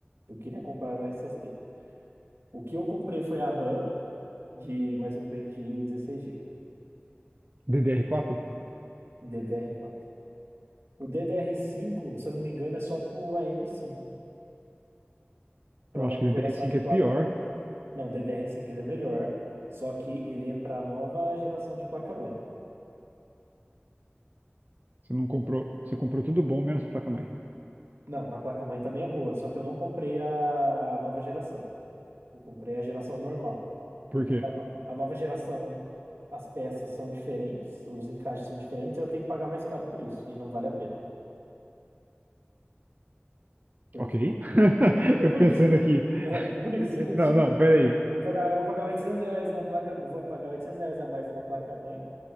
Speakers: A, on the right; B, on the right.
A: Eu queria comprar o SSD. O que eu comprei foi a RAM de mais um pente de 16 GB,
B: ddr quatro.
A: DDR4. O DDR5, se eu não me engano, é só pro AM5, para
B: Eu
A: nova
B: acho que
A: geração
B: ddr cinco
A: de placa-mãe.
B: é pior.
A: Não, o DDR5 ele é melhor, só que ele é para nova geração de placa-mãe.
B: Você não comprou, você comprou tudo bom menos a placa-mãe.
A: Não, a placa-mãe também é boa, só que eu não comprei a, a nova geração. Eu comprei a geração normal.
B: Por
A: Porque
B: quê?
A: a, a nova geração, as peças são diferentes, os encaixes são diferentes, eu tenho que pagar mais caro por isso. E não vale a pena. Porque.
B: Ok. <laughs>
A: É
B: Eu
A: por
B: pensando
A: isso. <laughs>
B: aqui.
A: É,
B: <laughs>
A: é por isso. <laughs>
B: Não,
A: Tipo,
B: não, peraí.
A: vou pagar, eu vou pagar 800 reais uma placa. eu Vou pagar 800 reais a mais uma placa-mãe,